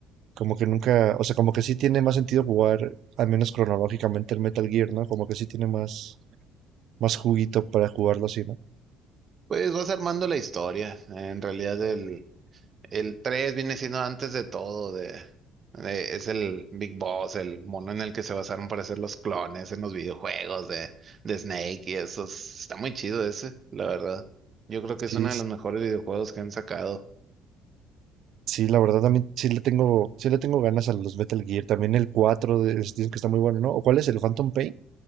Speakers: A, on the right; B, on the right.
A: Como que nunca, o sea, como que sí tiene más sentido jugar, al menos cronológicamente, el Metal Gear, ¿no? Como que sí tiene más, más juguito para jugarlo así, ¿no?
B: Pues vas armando la historia. En realidad, el, el 3 viene siendo antes de todo. De, de- es el Big Boss, el mono en el que se basaron para hacer los clones en los videojuegos de, de Snake y eso. Está muy chido ese, la verdad. Yo creo que
A: Sí,
B: es uno
A: es-
B: de los mejores videojuegos que han sacado.
A: sí, la verdad también sí le tengo, sí le tengo ganas a los Metal Gear. También el 4 de- es- dicen que está muy bueno, ¿no? ¿O cuál es el Phantom Pain?